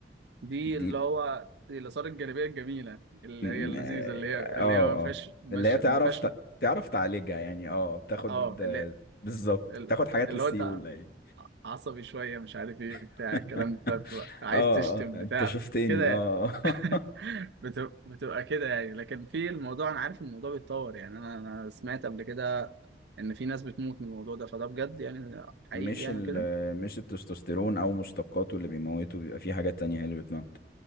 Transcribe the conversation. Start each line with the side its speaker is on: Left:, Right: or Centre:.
Right: دي اللي
Left: دي
Right: هو دي الاثار الجانبيه الجميله اللي
Left: م-
Right: هي اللذيذه
Left: اه
Right: اللي هي
Left: اه
Right: اللي هي ما فيهاش
Left: آه.
Right: مش
Left: اللي هي تعرف
Right: ما فيهاش
Left: ت- تعرف تعالجها يعني اه بتاخد
Right: اه
Left: آه،
Right: اللي
Left: بالظبط
Right: اللي
Left: بتاخد حاجات
Right: اللي
Left: للسيولة
Right: هو انت
Left: يعني
Right: عصبي شويه مش عارف ايه بتاع
Left: <laughs>
Right: الكلام ده بتبقى عايز
Left: اه
Right: تشتم
Left: اه
Right: بتاع
Left: انت شفتني
Right: كده
Left: اه
Right: يعني. <laughs>
Left: <laughs>
Right: بتبقى بتبقى كده يعني لكن في الموضوع انا عارف إن الموضوع بيتطور يعني انا انا سمعت قبل كده ان في ناس بتموت من الموضوع ده فده بجد يعني حقيقي
Left: مش
Right: يعني
Left: ال
Right: كده
Left: مش التستوستيرون او مشتقاته اللي بيموته بيبقى في حاجات تانية هي اللي بتموت